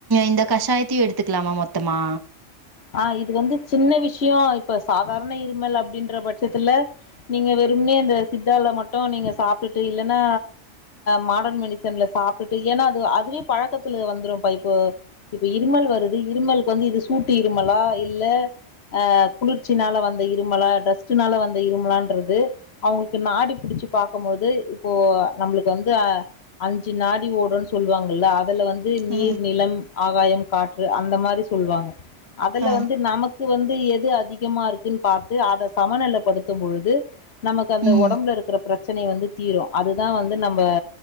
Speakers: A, on the right (about 25°); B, on the left (about 60°).
A: இந்த கஷாயத்தையும் எடுத்துக்கலாமா மொத்தமா
B: ஆ இது வந்து சின்ன விஷயோ இப்ப சாதாரண இருமல் அப்டின்ற பட்சத்துல நீங்க வெ வெறும்னே அந்த சித்தால மட்டும் நீங்க சாப்ட்டுட்டு இல்ன்னா மாடன் மெடிசன்ல சாப்ட்டுட்டு ஏன்னா அது அதுவே பழக்கத்துல வந்துரும் பா இப்போ இப்ப இருமல் வருது இருமலுக்கு வந்து இது சூட் த்து இருமலா இல்ல அ குளிர்ச்சினால வந்த இருமலா டஸ்ட்னால வந்த இருமலான்றது அவங்களுக்கு நாடி புடிச் ச்சு பாக்கம்போது இப்போ நம்மளுக்கு வந்து அஞ்சு நாடி ஓடுன் சொல்வாங்க இல்ல அதுல வந் து நீர்,
A: ஆ
B: நிலம், ஆகாயம், காற்று அந்த மாரி சொல்வாங்க அதுல
A: ஆ
B: வந்து நமக் கு வந்து எது அதிகமா இருக்குன் பாத்து அத சமநிலப்படுத்தும் பொழுது நமக்கு அந்த
A: ம்
B: ஒடம்புல இரு க்கிற பிரச்சனை வந்து தீரு அதுதா வந்து நம்ப